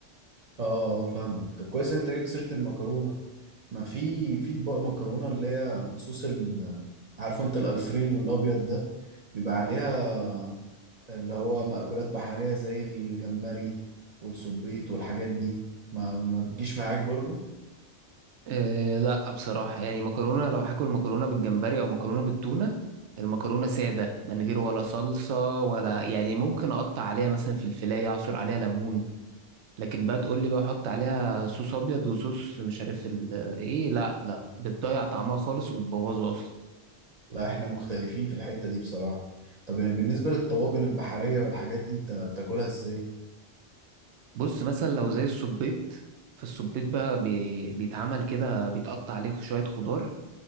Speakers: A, on the right; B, on the right.
A: اه اه اه، فاهمك طب كويس انت جبت سيرة المكرونة ما في في اطباق مكرونة اللي هي بصوص ال عارفه انت الالفريدو الابيض ده بيبقى عليها اللي هو مأكولات بحرية زي الجمبري والسبيط والحاجات دي ما ما بتجيش معاك برضو
B: أه لا بصراحة يعني مكرونة لو هاكل مكرونة بالجمبري أو مكرونة بالتونة المكرونة سادة من غير ولا صلصة ولا يعني ممكن أقطع عليها مثلا في الفلاية أعصر عليها ليمون لكن بقى تقول لي بقى أحط عليها صوص أبيض وصوص مش عارف ال... إيه لا لا بتضيع طعمها خالص وبتبوظه أصلا
A: لا احنا مختلفين في الحتة دي بصراحة طب يعني بالنسبة للطواجن البحرية والحاجات دي انت بتاكلها ازاي
B: بص مثلا لو زي السبيط فالسبيط بقى بي... بيتعمل كده بيتقطع عليه شوية خضار